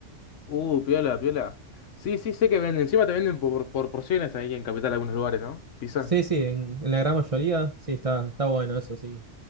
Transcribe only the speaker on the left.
Uh, piola, piola. Sí, sí, sé que venden. Encima te venden por, por porciones ahí en Capital, algunos lugares, ¿no? Pizza.